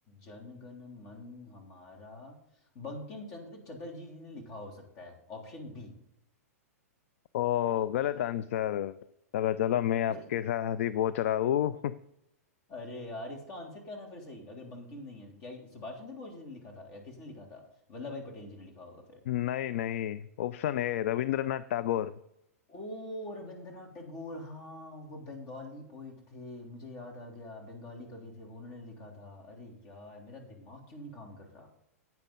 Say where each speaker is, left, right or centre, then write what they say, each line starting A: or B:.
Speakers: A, on the left; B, on the left.
A: जनगण मन हमारा बंकिम चंद्र चटर्जी जी ने लिखा हो सकता है ऑप्शन बी
B: ओ गलत आंसर चलो चलो मैं आपके
A: अरे
B: साथ ही पहुंच रहा हूँ <laughs>
A: अरे यार इसका आंसर क्या था फिर सही अगर बंकिम नहीं है क्या ये सुभाष चंद्र बोस जी ने लिखा था या किसने लिखा था वल्लभ भाई पटेल जी ने लिखा होगा फिर
B: नहीं नहीं option A Rabindranath Tagore
A: ओ रविंद्रनाथ टैगोर हाँ वो बंगाली पोइट थे मुझे याद आ गया बंगाली कवि थे वो उन्होंने लिखा था अरे यार मेरा दिमाग क्यों नहीं काम कर रहा